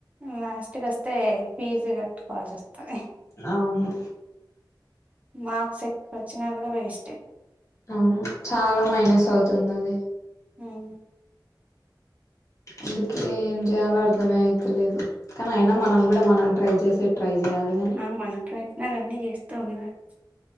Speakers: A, on the right; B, on the left.
A: నాస్ట్ క వస్తే ఫీజు కట్టుకోవాల్సి వస్తుంది
B: అవును
A: మార్క్స్ ఎక్క్క వచ్చినా కూడా వేస్ట్ టే
B: ఆ చాలా మైనస్ అవుతుంది అది
A: ఉమ్
B: అందుకే ఏం చేయాలో అర్ధమే అయితలేదు కానీ అయినా మనం కూడా మనం ట్రై చేసే ట్రై చేయాలి కాని
A: ఆ మనపయ నళ అన్నీ చేస్తూ ఉన్నారు